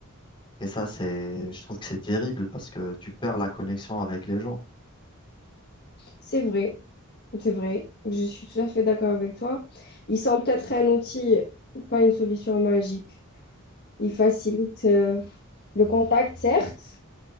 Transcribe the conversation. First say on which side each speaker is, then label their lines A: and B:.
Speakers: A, on the left; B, on the left.
A: Et ça, c'est, je trouve que c'est terrible parce que tu perds la connexion avec les gens.
B: C'est vrai, c'est vrai. Je suis tout à fait d'accord avec toi. Ils sont peut-être un outil, pas une solution magique. Il facilite euh, le contact, certes,